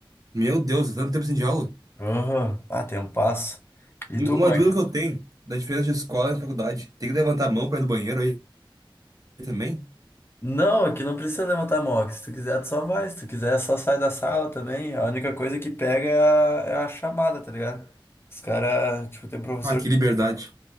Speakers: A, on the right; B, on the left.
A: Meu Deus, é tanto tempo sem de aula.
B: Aham. Ah, tem um passo. E
A: E
B: tu,
A: uma
B: como
A: dúvida
B: é que...
A: que eu tenho da diferença de escola e de faculdade. Tem que levantar a mão pra ir do banheiro aí também?
B: Não, é que não precisa levantar a mão. Se tu quiser, tu só vai. Se tu quiser, só sai da sala também. A única coisa que pega é a, é a chamada, tá ligado? Os caras, tipo, tem professor
A: ah, que
B: que.
A: liberdade.